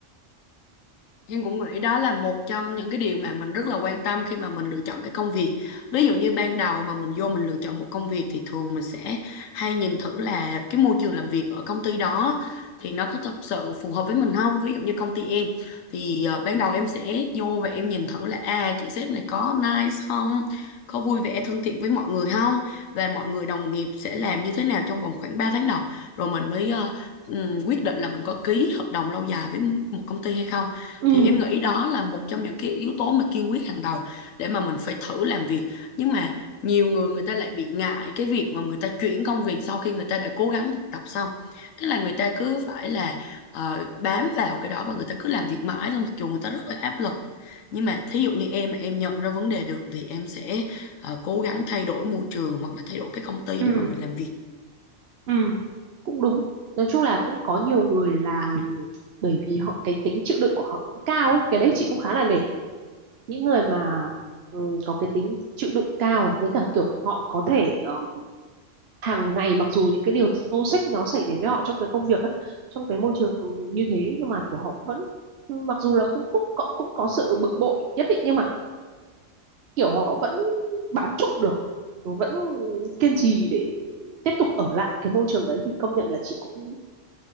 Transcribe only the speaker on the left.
Em cũng nghĩ đó là một trong những cái điều mà mình rất là quan tâm khi mà mình lựa chọn cái công việc. Ví dụ như ban đầu mà mình vô mình lựa chọn một công việc thì thường mình sẽ hay nhìn thử là cái môi trường làm việc ở công ty đó thì nó có thật sự phù hợp với mình không? Ví dụ như công ty em thì ờ, ban đầu em sẽ vô và em nhìn thử là à chị sếp này có nice không? Có vui vẻ thân thiện với mọi người không? Và mọi người đồng nghiệp sẽ làm như thế nào trong vòng khoảng 3 tháng đầu rồi mình mới ờ, ừm, quyết định là mình có ký hợp đồng lâu dài với một công ty hay không
thì em nghĩ đó là một trong những cái yếu tố mà kiên quyết hàng đầu để mà mình phải thử làm việc nhưng mà nhiều người người ta lại bị ngại cái việc mà người ta chuyển công việc sau khi người ta đã cố gắng thực tập xong tức là người ta cứ phải là ờ, bám vào cái đó và người ta cứ làm việc mãi thôi mặc dù người ta rất là áp lực nhưng mà thí dụ như em mà em nhận ra vấn đề được thì em sẽ ờ, cố gắng thay đổi môi trường hoặc là thay đổi cái công ty
để mà mình làm việc